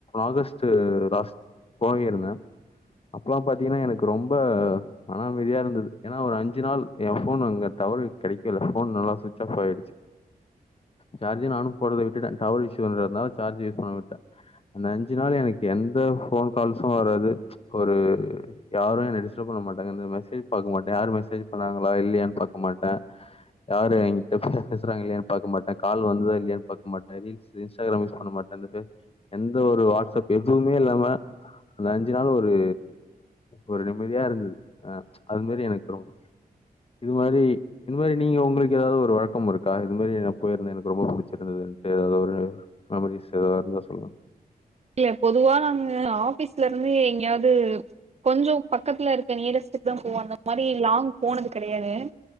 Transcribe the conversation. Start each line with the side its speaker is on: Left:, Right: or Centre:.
Left: ஆகஸ்ட் லாஸ்ட் போகிருந்தே அப்பலா பாத்தீங்கன்னா எனக்கு ரொம்ப மன அமைதியா இருந்தது ஏனா ஒரு அஞ்சு நாள் ஏ ஃபோனு அங்க டவரு கெடைக்கல போன் நல்லா சுவிட்ச் ஆஃப் ஆயிடுச்சி சார்ஜி நானு போட்றத விட்டுட்டே டவர் இஷ்யூ இருந்ததுனால சார்ஜ் யூஸ் பண்ணாம விட்டுட்டே அந்த அஞ்சு நாள் எனக்கு எந்த போன் கால்ஸு வராது ஒரு யாரு என்ன டிஸ்டர்ப் பண்ண மாட்டாங்க இந்த மெசேஜ் பாக்க மாட்டே யாரு மெசேஜ் பண்ணாங்களா இல்லையானு பாக் போமாட்ட யாரு எங்கி ட்ட பேசுறாங்க இல்லயானு பாக்க மாட்ட கால் வந்துதா இல்லயான்னு பாக்க மாட்டே ரீல்ஸ் இன்ஸ்டாகிராம் யூஸ் பண்ண மாட்ட அந்த பேஸ் எந்த ஒரு வாட்ஸ்அப் எதுவுமே இல்லாம அந்த அஞ்சு நாள் ஒரு ஒரு நிம்மதியா இருந்தது ஆ அது மாரி எனக்கு ரொம்ப இது மாரி இது மாரி நீங்க உங் உங்களுக்கு ஏதாவது ஒரு வழக்கம் இருக்கா இது மாரி நா போயிருந்தே எனக்கு ரொம்ப பிடிச்சிருந்ததுன்ட்டு ஏதாவது ஒரு மெமரிஸ் ஏதாவது இருந்தா சொல்லுங்க
Right: இல்ல பொதுவா நாங்க ஆபீஸ்ல இருந்து எங்கயாவது கொஞ்சம் பக்கத்துல இருக்க நியரஸ் த்துக்குதா போவோ அந்த மாரி லாங் போனது கெடையாது